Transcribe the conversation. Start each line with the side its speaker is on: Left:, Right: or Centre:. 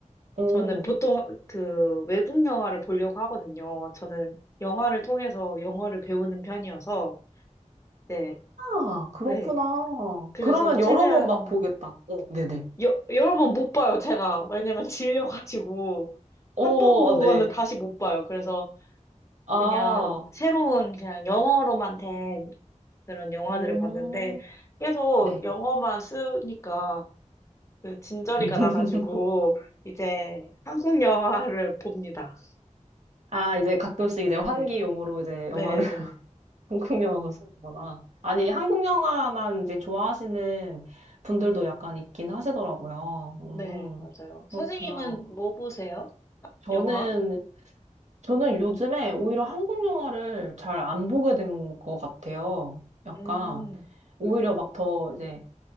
Right: 오.
Left: 저는 보통 그 외국 영화를 보려고 하거든요. 저는 영화를 통해서 영어를 배우는 편이어서, 네,
Right: 아, 그렇구나.
Left: 네. 그래서
Right: 그러면
Left: 최대한,
Right: 여러 번 막 보겠다. 어, 네네.
Left: 여, 여러 번 못 봐요, 제가. 왜냐면 <laughs> 질려가지고.
Right: 오,
Left: 한 번 본
Right: 네.
Left: 거는 다시 못 봐요. 그래서
Right: 아,
Left: 그냥 새로운 그냥 영어로만 된 그런 영화들을
Right: 음,
Left: 봤는데, 계속
Right: 네.
Left: 영어만 쓰니까 그 진저리가
Right: <laughs>
Left: 나가지고 이제 한국 영화를 봅니다.
Right: 아, 이제 가끔씩 이제 환기용으로
Left: 네,
Right: 이제
Left: 네,
Right: 영화를
Left: 네,
Right: <laughs> 한국 영화로 쓰는구나. 아니, 한국 영화만 이제 좋아하시는 분들도 약간 있긴 하시더라고요. 음,
Left: 네, 맞아요.
Right: 그렇구나.
Left: 선생님은 뭐 보세요?
Right: 저는
Left: 영화?
Right: 저는 요즘에 오히려 한국 영화를 잘 안 보게 된 것 같아요. 약간,
Left: 음,
Right: 오히려 막 더 이제,